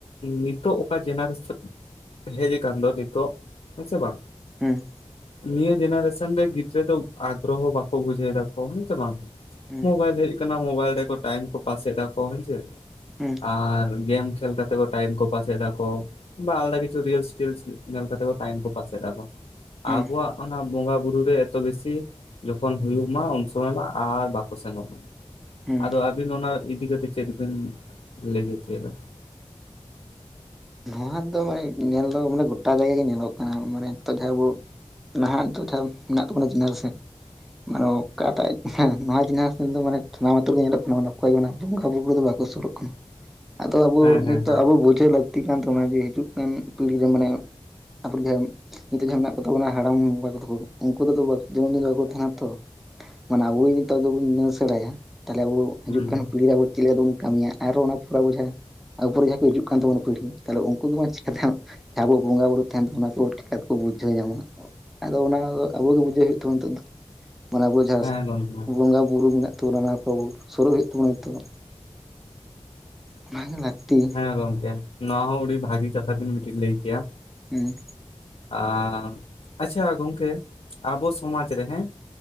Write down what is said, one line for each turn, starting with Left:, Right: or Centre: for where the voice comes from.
Left: ᱱᱤᱛᱚᱜ ᱚᱠᱟ ᱡᱮᱱᱟᱨᱮᱥᱚᱱ ᱦᱮᱡ ᱟᱠᱟᱱ ᱫᱚ ᱱᱤᱛᱚᱜ ᱦᱮᱸᱥᱮ ᱵᱟᱝ
Centre: ᱦᱩᱸ
Left: ᱱᱤᱭᱟᱹ ᱡᱮᱱᱟᱨᱮᱥᱚᱱ ᱨᱮ ᱜᱤᱫᱽᱨᱟᱹ ᱫᱚ ᱟᱜᱨᱚᱦᱚ ᱵᱟᱠᱚ ᱵᱩᱡᱷᱟᱹᱣ ᱮᱫᱟᱠᱚ ᱦᱮᱸᱥᱮ ᱵᱟᱝ
Centre: ᱦᱮᱸ
Left: ᱢᱳᱵᱟᱭᱤᱞ ᱦᱮᱡ ᱟᱠᱟᱱᱟ ᱢᱳᱵᱟᱭᱤᱞ ᱨᱮ ᱴᱟᱭᱤᱢ ᱠᱚ ᱯᱟᱥᱮᱫᱟ ᱠᱚ ᱦᱮᱸᱥᱮ
Centre: ᱦᱮᱸ
Left: ᱟᱨ ᱜᱮᱢ ᱠᱷᱮᱞ ᱛᱮ ᱴᱟᱭᱤᱢ ᱠᱚ ᱯᱟᱥ ᱮᱫᱟ ᱠᱚ ᱵᱟ ᱟᱞᱫᱟ ᱠᱤᱪᱷᱩ ᱨᱤᱞᱥ ᱴᱤᱞᱥ ᱧᱮᱞ ᱠᱟᱛᱮ ᱴᱟᱭᱤᱢ ᱠᱚ ᱯᱟᱥ ᱮᱫᱟ ᱠᱚ
Centre: ᱦᱮᱸ
Left: ᱟᱵᱚᱣᱟᱜ ᱚᱱᱟ ᱵᱚᱸᱜᱟ ᱵᱩᱨᱩ ᱨᱮ ᱮᱛᱚ ᱵᱮᱥᱤ ᱡᱚᱠᱷᱚᱱ ᱦᱩᱭᱩᱜ ᱢᱟ ᱩᱱ ᱥᱚᱢᱚᱭ ᱢᱟ ᱟᱨ ᱵᱟᱠᱚ ᱥᱮᱱᱚᱜ ᱢᱟ
Centre: ᱦᱮᱸ
Left: ᱟᱫᱚ ᱟᱹᱵᱤᱱ ᱚᱱᱟ ᱤᱫᱤ ᱠᱟᱛᱮᱜ ᱪᱮᱫ ᱵᱤᱱ ᱞᱟᱹᱭ ᱦᱚᱪᱚᱭᱮᱫᱟ
Centre: ᱱᱚᱣᱟ ᱫᱚ ᱢᱟᱱᱮ ᱧᱮᱞ ᱫᱚ ᱢᱟᱱᱮ ᱜᱚᱴᱟ ᱡᱟᱭᱜᱟ ᱜᱮ ᱧᱮᱞᱚᱜ ᱠᱟᱱᱟ ᱢᱟᱱᱮ ᱱᱤᱛᱚᱜ ᱡᱟᱦᱟᱸ ᱟᱵᱚ ᱱᱟᱦᱟᱜ ᱱᱤᱛᱚᱜ ᱢᱮᱱᱟᱜ ᱛᱟᱵᱚᱱᱟ ᱡᱮᱱᱟᱨᱮᱥᱚᱱ ᱢᱟᱱᱮ ᱚᱠᱟᱴᱟᱜ ᱱᱚᱣᱟ ᱡᱤᱱᱤᱥ ᱢᱟᱱᱮ ᱥᱟᱱᱟᱢᱛᱩᱨ ᱨᱮ ᱜᱮ ᱧᱮᱞᱚᱜ ᱠᱟᱱᱟ ᱢᱟᱱᱮ ᱚᱠᱚᱭᱮ ᱵᱚᱸᱜᱟ ᱵᱩᱨᱩ ᱨᱮᱫᱚ ᱵᱟᱠᱚ ᱥᱩᱨᱩᱜ ᱠᱟᱱᱟ ᱟᱫᱚ ᱟᱵᱚ
Left: ᱦᱮᱸ
Centre: ᱱᱤᱛᱚᱜ
Left: ᱦᱮᱸ ᱦᱮᱸ
Centre: ᱟᱵᱚ ᱵᱩᱡᱷᱟᱹᱣ ᱞᱟᱹᱠᱛᱤ ᱠᱟᱱ ᱛᱟᱵᱚᱱᱟ ᱡᱮ ᱦᱤᱡᱩᱜ ᱠᱟᱱ ᱯᱤᱲᱦᱤ ᱨᱮ ᱢᱟᱱᱮ <unintelligible> ᱱᱤᱛᱚᱜ ᱡᱟᱦᱟᱸ ᱢᱮᱱᱟᱜ ᱠᱚᱛᱟ ᱵᱚᱱᱟ ᱦᱟᱲᱟᱢ ᱵᱟᱠᱚ ᱛᱟᱠᱚ ᱩᱱᱠᱩᱚ ᱡᱮᱢᱚᱱ ᱫᱤᱱ ᱵᱟᱠᱚ ᱛᱟᱦᱮᱱᱟ ᱛᱚ ᱢᱟᱱᱮ ᱟᱵᱚ ᱡᱚᱫᱤ ᱱᱤᱛᱚᱜ ᱫᱚᱵᱚᱱ ᱧᱩ ᱥᱮᱬᱟᱭᱟ ᱛᱟᱦᱞᱮ ᱟᱵᱚ ᱦᱤᱡᱩᱜ
Left: ᱦᱩᱸ
Centre: ᱠᱟᱱ ᱯᱤᱲᱦᱤ ᱨᱮ ᱟᱵᱚ ᱪᱮᱫ ᱞᱮᱠᱟ ᱛᱮᱵᱚᱱ ᱠᱟᱹᱢᱤᱭᱟ ᱟᱨᱚ ᱚᱱᱟ ᱯᱩᱨ ᱵᱚᱡᱷᱟ ᱟᱵᱚᱯᱚᱨᱮ ᱡᱟᱦᱟᱸ ᱠᱚ ᱦᱤᱡᱩᱜ ᱠᱟᱱ ᱛᱟᱵᱚᱱᱟ ᱯᱤᱲᱦᱤ ᱛᱟᱦᱚᱞᱮ ᱩᱱᱠᱩ ᱜᱮ ᱪᱤᱠᱟᱛᱮ ᱡᱟᱦᱟᱸ ᱟᱵᱚᱣᱟᱜ ᱵᱚᱸᱜᱟ ᱵᱩᱨᱩ ᱛᱷᱟᱱ ᱚᱱᱟ ᱠᱚ ᱪᱤᱠᱟᱛᱮᱠᱚ ᱵᱩᱡᱷᱟᱹᱣ ᱧᱟᱢᱟ ᱟᱫᱚ ᱚᱱᱟ ᱫᱚ ᱟᱵᱚᱜ ᱜᱮ ᱵᱩᱡᱷᱟᱹᱣ ᱦᱩᱭᱩᱜ ᱛᱟᱵᱚ ᱱᱤᱛᱳ ᱫᱚ ᱢᱟᱱᱮ ᱟᱵᱚ ᱡᱟᱦᱟᱸ
Left: ᱦᱮᱸ ᱜᱚᱝᱠᱮ
Centre: ᱵᱚᱸᱜᱟ ᱵᱩᱨᱩ ᱢᱮᱱᱟᱜ ᱛᱟᱵᱚᱱᱟ ᱚᱱᱟ ᱵᱟᱵᱩ ᱥᱩᱨᱩᱜ ᱦᱩᱭᱩᱜ ᱛᱟᱵᱚᱱᱟ ᱱᱤᱛᱚᱜ ᱚᱱᱟ ᱜᱮ ᱞᱟᱹᱠᱛᱤ
Left: ᱦᱮᱸ ᱜᱚᱝᱠᱮ ᱱᱚᱣᱟ ᱦᱚᱸ ᱟᱹᱰᱤ ᱵᱷᱟᱹᱜᱤ ᱠᱟᱛᱷᱟ ᱵᱤᱱ ᱢᱤᱫᱴᱤᱱ ᱞᱟᱹᱭ ᱠᱮᱭᱟ
Centre: ᱦᱮᱸ
Left: ᱟᱨ ᱟᱪᱪᱷᱟ ᱜᱚᱢᱠᱮ ᱟᱵᱚ ᱥᱚᱢᱟᱡᱽ ᱨᱮ ᱦᱮᱸ